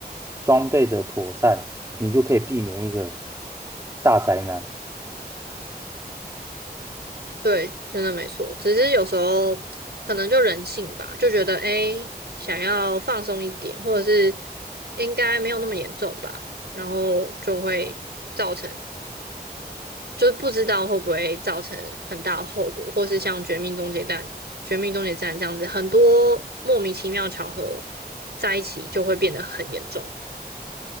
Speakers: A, on the right; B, on the right.
A: 装备的妥善，你就可以避免一个大灾难。
B: 对，真的没错。只是有时候可能就人性吧，就觉得哎诶想要放松一点，或者是应该没有那么严重吧，然后就会造成就是不知道会不会造成很大的后果，或是像《绝命终结战》《绝命终结战》这样子，很多莫名其妙巧合在一起就会变得很严重。